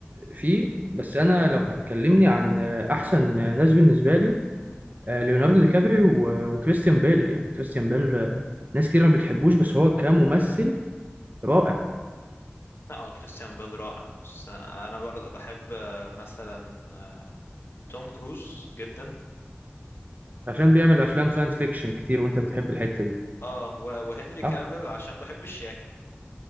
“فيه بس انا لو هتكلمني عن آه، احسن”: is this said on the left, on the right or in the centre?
Right